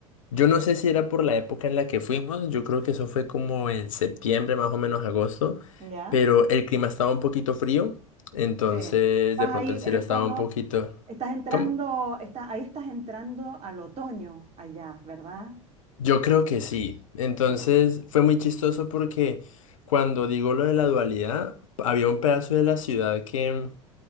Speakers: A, on the left; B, on the right.
A: Yo no sé si era por la época en la que fuimos, yo creo que eso fue como en septiembre, más o menos agosto,
B: ¿ya?
A: pero el clima estaba un poquito frío, entonces
B: Sí. Estás ahí
A: de pronto el cielo
B: en el
A: estaba
B: fondo,
A: un poquito...
B: estás entrando,
A: ¿Cómo?
B: está, ahí estás entrando al otoño allá, ¿verdad?
A: Yo creo que sí. Entonces
B: Sí,
A: fue muy chistoso porque cuando digo lo de la dualidad, había un pedazo de la ciudad que